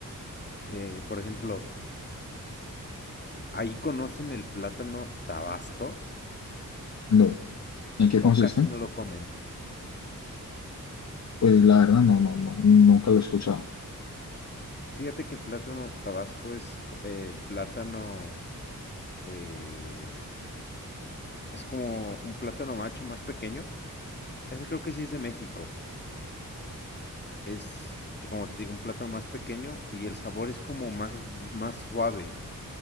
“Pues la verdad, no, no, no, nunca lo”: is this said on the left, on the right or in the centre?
Left